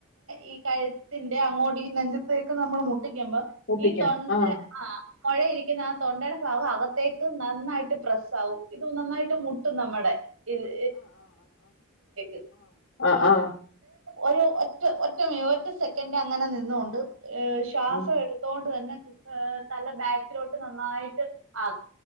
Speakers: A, on the right; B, on the left.
A: ഈ കഴുത്തിന്റെ അങ്ങോട്ട ഈ നെഞ്ചത്തേക്ക് നമ്മൾ മുട്ട് ട്ടിക്കുമ്പോ
B: മുട്ടിക്കണം.
A: ഈ തൊണ്ട
B: ആഹ്
A: ആ മൊഴ ഇരിക്കുന്ന ആ തൊണ്ടടെ ഭാഗം അകത്തേക്ക് നന്നായിട്ട് പ്രസ്സാവും ഇത് നന്നായിട്ട് മുട്ടും നമ്മടെ ഇത് <unintelligible>
B: ആ ആ
A: ഒരു ഒറ്റ ഒറ്റ മി ഒറ്റ സെക്കൻഡ് അങ്ങനെ നിന്നുകൊണ്ട് ഏഹ് ശ്വാസം
B: ഉം
A: എടുത്തോണ്ട് തന്നെ ഏഹ് തല ബാക്കിലോട്ട് നന്നായിട്ട് ആ